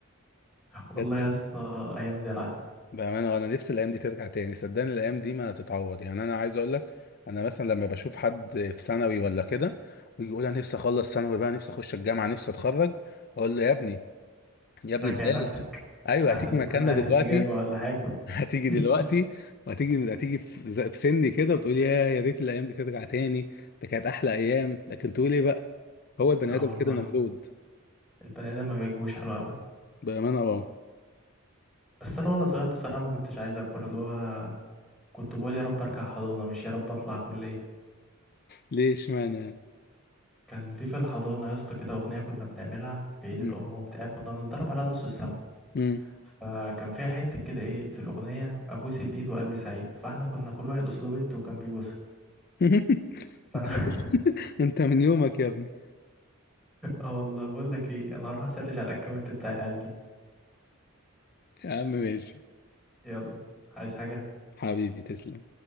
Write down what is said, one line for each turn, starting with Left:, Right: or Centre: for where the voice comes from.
Centre: والله
Left: بجد
Centre: يا اسطى ايام زي العسل
Left: بأمانة آه، أنا نفسي الأيام دي ترجع تاني صدقني الأيام دي ما تتعوض يعني أنا عايز أقول لك أنا مثلا لما بشوف حد في ثانوي ولا كده ويجي يقول أنا نفسي أخلص ثانوي بقى نفسي أخش الجامعة نفسي أتخرج أقول له يا ابني يا ابني
Centre: راجع
Left: بلاش
Centre: نفسك
Left: أيوه
Centre: لحسن
Left: هتيجي
Centre: تكون
Left: مكاننا
Centre: ساعة
Left: دلوقتي
Centre: استجابة ولا حاجة
Left: <laughs> هتيجي
Centre: <laughs>
Left: دلوقتي وهتيجي هتيجي في ز- في سني كده وتقول يا يا ريت الأيام دي ترجع تاني ده كانت أحلى أيام لكن تقول إيه بقى هو البني
Centre: اه
Left: آدم
Centre: والله
Left: كده نمرود
Centre: البني ادم ما بيعجبوش حلو ابدا
Left: بأمانة أه
Centre: بس انا وانا صغير بصراحة ما كنتش عايز اكبر اللي هو كنت بقول يا رب ارجع حضانه مش يا رب اطلع كليه
Left: ليه اشمعنى يعني؟
Centre: كان في في الحضانه يا اسطى كده اغنيه كنا بنعملها في عيد
Left: مم.
Centre: الام وبتاع كنا بنتدرب عليها نص السنه
Left: مم.
Centre: فكان فيها حته كده ايه في الاغنيه ابوس الايد وقلبي سعيد فاحنا كنا كل واحد قصاده بنت وكان بيبوسها
Left: <laughs>
Centre: فانا
Left: أنت <laughs>
Centre: <laughs>
Left: انت من يومك يا ابني
Centre: اه والله بقول لك ايه انا هروح اسرش على الاكونت بتاع العيال دي
Left: يا عم ماشي
Centre: يلا عايز حاجه
Left: حبيبي تسلم